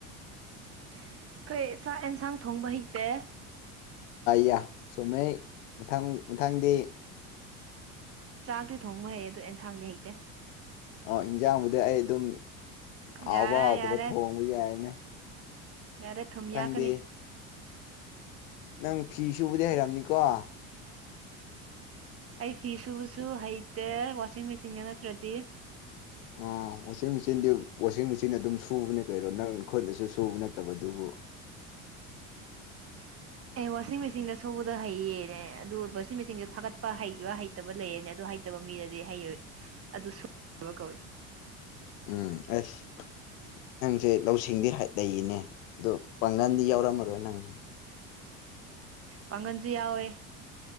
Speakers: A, on the right; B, on the left.
A: ꯑꯩꯈꯣꯏ ꯆꯥꯛ ꯑꯦꯟꯁꯥꯡ ꯊꯣꯡꯕ ꯍꯩꯇꯦ
B: ꯌꯥ ꯆꯨꯝꯃꯦ ꯃꯊꯪ ꯃꯊꯪꯗꯤ
A: ꯆꯥꯛꯇꯤ ꯊꯣꯡꯕ ꯍꯩ ꯑ ꯑꯗꯨ ꯑꯦꯟꯁꯥꯡꯗꯤ ꯍꯩꯇꯦ
B: ꯑ ꯏꯟꯖꯥꯡꯕꯨꯗꯤ ꯑꯩ ꯑꯗꯨꯝ ꯍꯥꯎꯕ
A: ꯌꯥꯔꯦ
B: ꯍꯥꯎꯗꯕ
A: ꯌꯥꯔꯦ
B: ꯊꯣꯡꯕ ꯌꯥꯏꯅꯦ
A: ꯌꯥꯔꯦ ꯊꯨꯝꯃꯤꯌꯥ
B: ꯃꯊꯪꯗꯤ
A: ꯀꯅꯤ
B: ꯅꯪ ꯐꯤ ꯁꯕꯨꯗꯤ ꯍꯩꯔꯝꯅꯤꯀꯣ
A: ꯑꯩ ꯐꯤ ꯁꯨꯕꯁꯨ ꯍꯩꯇꯦ ꯋꯥꯁꯤꯡ ꯃꯦꯆꯤꯟꯒ ꯅꯠꯇ꯭ꯔꯗꯤ
B: ꯑ ꯋꯥꯁꯤꯡ ꯃꯦꯆꯤꯟꯗꯤ ꯋꯥꯁꯤꯡ ꯃꯦꯆꯤꯟ ꯑꯗꯨꯝ ꯁꯨꯕꯅꯦ ꯀꯔꯣ ꯅꯪ ꯈꯨꯠꯅꯁꯨ ꯁꯨꯕ ꯅꯠꯇꯕ ꯑꯗꯨ ꯑꯣ
A: <unintelligible> ꯑꯦ ꯋꯥꯁꯤꯡ ꯃꯦꯆꯤꯟꯗ ꯁꯨꯕꯗ ꯍꯩꯌꯦꯅꯦ ꯑꯗꯨ ꯋꯥꯁꯤꯡ ꯃꯦꯆꯤꯟꯁꯨꯣ ꯊꯥꯒꯠꯄ ꯍꯩꯕ ꯍꯩꯇꯕ ꯂꯩꯌꯦꯅꯦ ꯑ ꯐꯠꯇꯕ ꯃꯤꯗꯗꯤ ꯍꯩꯔ ꯑꯗꯨ ꯁꯨꯕ ꯀꯧꯏ
B: ꯎꯝ ꯑꯁ ꯅꯪꯁꯦ ꯂꯧꯁꯤꯡꯗꯤ ꯂꯩꯌꯦꯅꯦ ꯑꯗꯣ ꯄꯥꯡꯒꯜꯗꯤ ꯌꯥꯎꯔꯝꯃꯔꯣꯏ ꯅꯪꯁꯦ
A: ꯄꯉꯟꯖ ꯌꯥꯋꯋꯦ